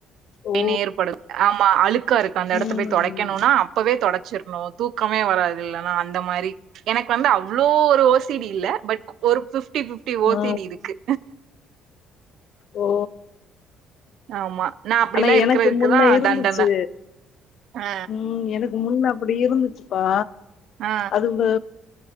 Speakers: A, on the left; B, on the right.
A: ஓ
B: நேர்படு ஆமா அழுக்கா இருக்கு அந்த எடத்த
A: ம்
B: போய் தொடைக்கணுனா அப்பவே தொடச் சுர்னு தூக்கமே வராது இல்லனா அந்த மாரி எனக்கு வந்து அவ்ளோ ஓ சி டி இல்ல பட் ஒரு ஃபிஃப்டி ஃபிஃப்டி ஓ
A: ஆ
B: சி டி இருக்கு
A: ஓ
B: ஆமா நா அப்டிலா
A: ஆனா
B: இருக்கறதுக்குதா
A: எனக்கு முன்ன இருந்துச்சு
B: தண்டன ஆ
A: ம் எனக்கு முன்ன அப்பிடி இருந்துச்சுப்பா
B: ஆ
A: அது வ